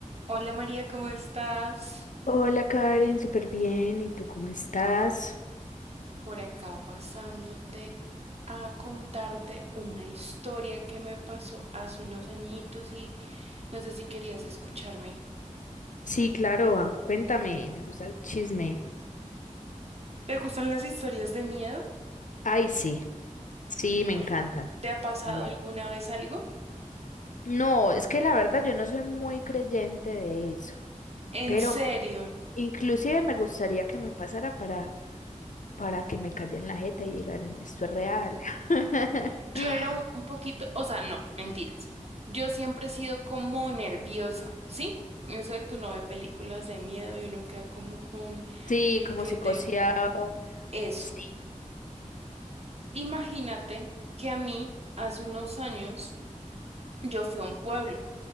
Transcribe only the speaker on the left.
Hola Karen, súper bien. ¿Y tú cómo estás?
Sí, claro, ah, cuéntame, me gusta el chisme.
Ay, sí, sí,
me encantan.
A ver.
No, es que la verdad yo no soy muy creyente de eso,
pero
inclusive me gustaría que me pasara para, para que me callen la jeta y digan, esto es real. <laughs>
Sí,
como
psicoseado.
Sí.